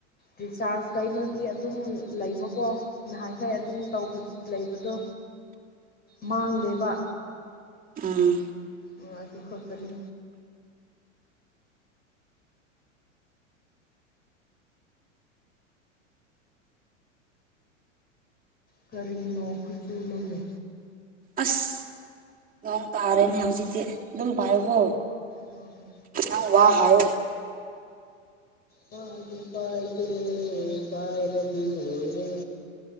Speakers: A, on the left (about 25°); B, on the right (about 20°).
A: ꯔꯤꯆꯥꯔꯖ ꯀꯩꯅꯣꯗꯤ ꯑꯗꯨꯝ ꯂꯩꯕꯀꯣ ꯅꯍꯥꯟꯈꯩ ꯑꯗꯨꯝ ꯇ ꯂꯩꯕꯗꯣ
B: <unintelligible>
A: ꯃꯥꯡꯗꯦꯕ
B: ꯑꯥ
A: ꯑꯣ ꯑꯗꯨ ꯈꯛꯇꯅꯤ ꯀꯔꯤꯅꯣ ꯈꯨꯠꯆꯨ ꯂꯣꯂꯨ
B: ꯑꯁ ꯂ ꯇꯥꯔꯦꯅꯦ ꯍꯧꯖꯤꯛꯇꯤ ꯑꯗꯨꯝ ꯄꯥꯏꯌꯀꯣ
A: ꯎꯝ
B: ꯑ ꯋꯥ ꯍꯥꯏ
A: ꯄꯥꯏꯗ ꯄꯥꯏꯗ ꯄꯥꯏꯔꯗ ꯑꯣꯔꯦ